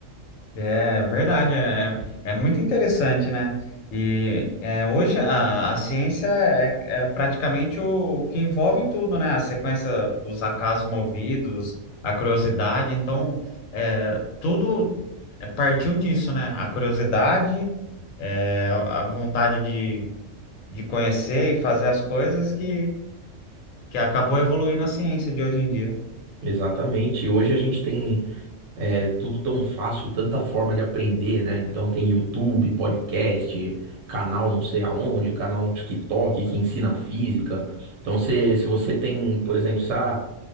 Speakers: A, on the left (about 80°); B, on the right (about 80°).
A: É verdade, é, é muito interessante, né? E é, hoje a, a ciência é, é praticamente o, o que envolve tudo, né? A sequência dos acasos movidos, a curiosidade, então é, tudo é, partiu disso, né? A curiosidade, é, a vontade de de conhecer e fazer as coisas que, que acabou evoluindo a ciência de hoje em dia.
B: Exatamente. Hoje a gente tem É tudo tão fácil, tanta forma de aprender, né? Então tem YouTube, podcast, canal não sei aonde, canal no TikTok que ensina física. Então se, se você tem, por exemplo, se, ah,